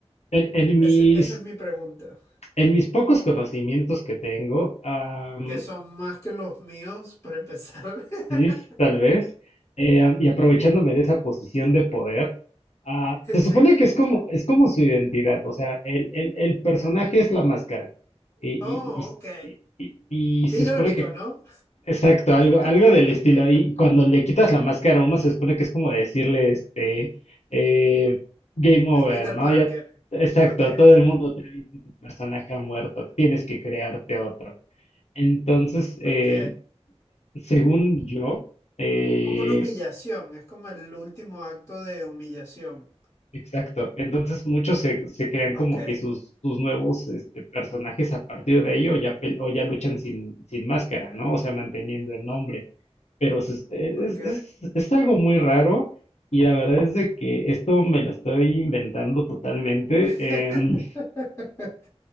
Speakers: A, on the left (about 80°); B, on the left (about 25°).
A: En, en mis,
B: Ese- esa es mi pregunta,
A: en mis pocos conocimientos que tengo, am,
B: que son más que los míos para empezar. <laughs>
A: sí, tal vez, eh, y aprovechándome de esa posición de poder, ah, se supone
B: Sí.
A: que es como, es como su identidad, o sea, el, el, el personaje es la máscara, y,
B: Oh,
A: y, y-
B: ok.
A: y- y- y
B: Qué
A: se
B: irónico,
A: supone que
B: ¿no?
A: Exacto, algo, algo
B: <laughs>
A: del estilo. Y cuando le quitas la máscara, uno se supone que es como decirle, este, eh, game over,
B: Es Peter
A: ¿no?
B: Parker.
A: Ya, exacto,
B: Ok,
A: todo el mundo te ha visto y tu personaje ha muerto, tienes que crearte otro. Entonces, eh,
B: ok.
A: según yo, eh,
B: Como una humillación, es como el último acto de humillación.
A: exacto, entonces muchos se, se crean
B: Ok,
A: como que sus, sus nuevos este, personajes a partir de ahí o ya, pel- o ya luchan sin, sin máscara, ¿no? O sea, manteniendo el nombre. Pero se es
B: ok.
A: es es es algo muy raro, y la verdad es de que esto me lo estoy inventando totalmente,
B: <laughs>
A: em,